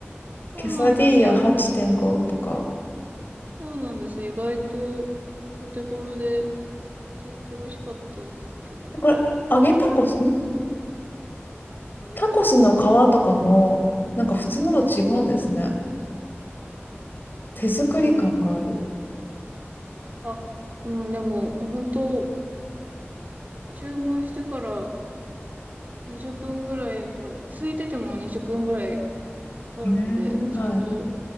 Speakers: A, on the right; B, on the left.
A: そうなんですよ。
B: ケサディーヤ8.5とか。
A: そうなんです。意外と、お手頃で、めちゃくちゃ美味しかったんですけど、
B: これ、揚げタコス、ん
A: 揚げタコス。
B: タコスの皮とかも、なんか普通のと違うんですね。手作り感がある。
A: 違った。あ、うん、でも、もう本当、注文してから20分ぐらい、やっぱ、空いてても20分ぐらいかかるので、
B: ねえー、
A: ちゃんと
B: はい。